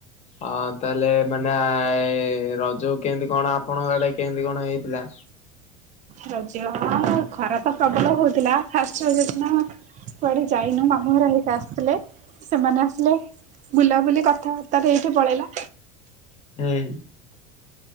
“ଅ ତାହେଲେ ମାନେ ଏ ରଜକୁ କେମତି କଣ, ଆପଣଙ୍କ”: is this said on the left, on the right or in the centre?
Left